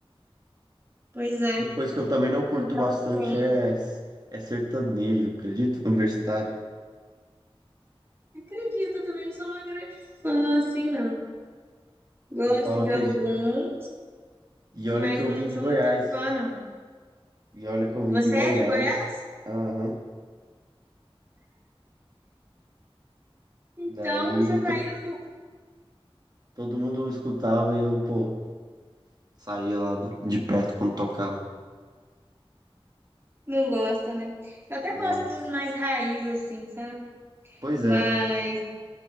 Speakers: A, on the right; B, on the right.
A: Pois é.
B: Uma coisa que eu também não curto
A: Então,
B: bastante
A: assim,
B: é, é sertanejo, acredito? Universitário.
A: acredito, eu também não sou uma grande fã, assim, não. Gosto
B: Eu falo,
A: de
B: acredito.
A: alguns,
B: E olha
A: mas
B: que eu
A: não
B: vim de
A: sou
B: Goiás.
A: muito fã, não.
B: E olha que eu vim
A: Você
B: de Goiás.
A: é de Goiás?
B: Aham.
A: Então
B: Daí,
A: você tá
B: to-
A: indo.
B: todo mundo escutava e eu, pô... Saía lá do- de perto quando tocava.
A: Não gosta, né? Eu até
B: Da
A: gosto
B: hora.
A: dos mais raiz, assim, sabe?
B: Pois
A: Mas.
B: é.